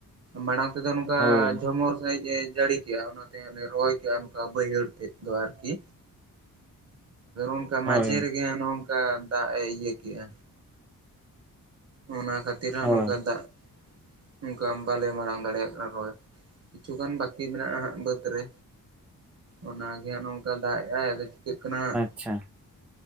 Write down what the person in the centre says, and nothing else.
ᱦᱳᱭ
ᱦᱳᱭ
ᱦᱳᱭ
ᱟᱪᱪᱷᱟ